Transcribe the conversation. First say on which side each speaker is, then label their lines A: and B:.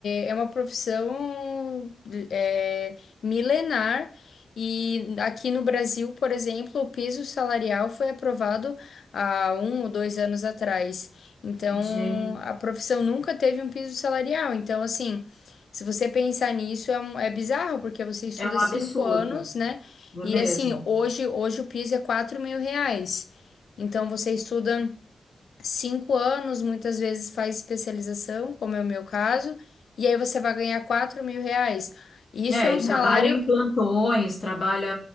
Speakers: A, on the left; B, on the left.
A: é uma profissão é, milenar e aqui no Brasil, por exemplo, o piso salarial foi aprovado há um ou dois anos atrás. Então,
B: gente,
A: a profissão nunca teve um piso salarial. Então, assim, se você pensar nisso, é, um- é bizarro, porque você estuda
B: é um
A: cinco
B: absurdo,
A: anos, né?
B: não é
A: E
B: mesmo?
A: assim, hoje, hoje o piso é quatro mil reais. Então, você estuda cinco anos, muitas vezes faz especialização, como é o meu caso, e aí você vai ganhar quatro mil reais. Isso
B: É,
A: é um
B: e trabalha
A: salário,
B: em plantões, trabalha